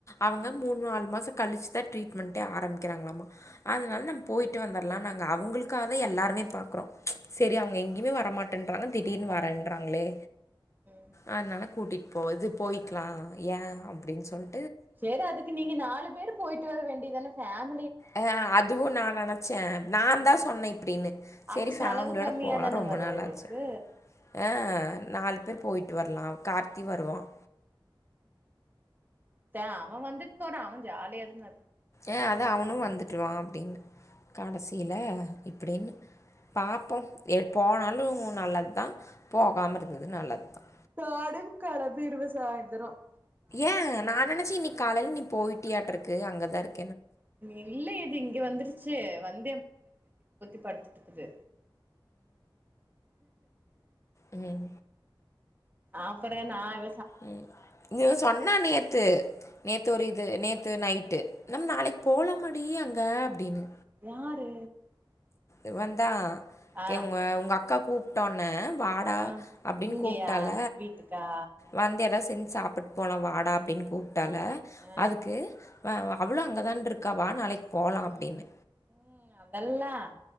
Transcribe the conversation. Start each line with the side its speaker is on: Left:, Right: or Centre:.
Left: அவங்க மூணு நாலு மாசம் கழிச்சுதான் ட்ரீட்மெண்டே ஆரம்பிக்கிறாங்களாமா அதனால நம்ப போயிட்டு வந்துடலாம் நாங்க அவங்களுக்காக தான் எல்லாருமே பாக்குறோம் சேரி அவங்க எங்கயுமே வரமாட்டேன்றாங்க திடீர்னு வரேன்றாங்களே
Right: ம்
Left: அதனால கூட்டிட்டு இப்போ இது போயிக்கலாம் ஏன் அப்படின்னு சொல்
Right: சேரி அதுக்கு நீங்க நாலு பேரு போய்ட்டு வர வேண்டிதான பேம்
Left: அஹ் அதுவும் நான் நினைச்சேன் நான்
Right: ஆ
Left: தான் சொன்னேன் இப்டின்னு
Right: அப்ப
Left: சரி ஃபேமிலியோட
Right: செலவு கம்மியா
Left: போலாம்
Right: தான
Left: ரொம்ப
Right: வரு
Left: நல்லாச்சு
Right: உங்களுக்கு
Left: ஆஹ் நாலு பேர் போயிட்டு வரலாம் கார்த்தி வருவான்
Right: த அவன் வந்துட் போற அவன் ஜாலியாதுன்னு
Left: ஏ அத அவனும் வந்துட்டுவான் அப்படின்னு கடைசியில இப்படின்னு பார்ப்போம் எ போனாலும் நல்லது தான் போகாமல் இருந்தது நல்லது தான்
Right: நானே கிளம்பிருவேன் சாய்ந்திரம்
Left: ஏன் நான் நினைச்சே இனைக் காலையல நி போயிட்டியாட்டிருக்கு அங்க தான் இருக்
Right: இல்ல இது இங்க வந்துருச் ச்சு வந் <unintelligible> க்குது
Left: உம்
Right: ஆப்பற நான்
Left: உம் இ சொன்னா நேத்து நேத்து ஒரு இது நேத்து த்து நைட்டு நம்ம நாளைக்கு போலமாடி அங்க அ அப்படின்னு
Right: யாரு
Left: இவந்தா
Right: ஆ
Left: கே உங்க
Right: ஆ
Left: உங்க அக்கா கூ வாடா
Right: ஆ
Left: அப்படின்னு
Right: இங்கயா
Left: கூப்ட்டால
Right: வீட்டுக்கா
Left: வந்து ஏதாது செஞ்சு சாப்பிட்டு போலாம் வாடா அப்படின்னு கூப் டால
Right: ஆ
Left: அதுக்கு அவ்வளோ அங்கதான் இருக்காவா நாளைக்கு போலா அப்படின்னு
Right: உம் அதெல்லாம்